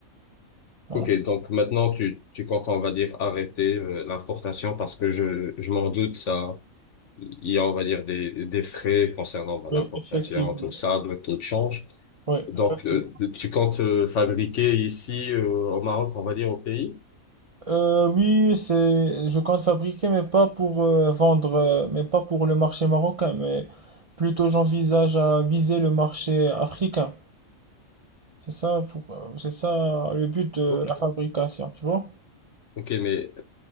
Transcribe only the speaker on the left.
Ok, donc maintenant tu, tu comptes, on va dire, arrêter euh, l'importation parce que je, je m'en doute, ça, il y a, on va dire, des, des frais concernant bah,
l'importation,
tout ça, le taux de change.
Donc,
euh, tu comptes euh, fabriquer ici euh, au Maroc, on va dire, au pays?
Ok,
Ok, mais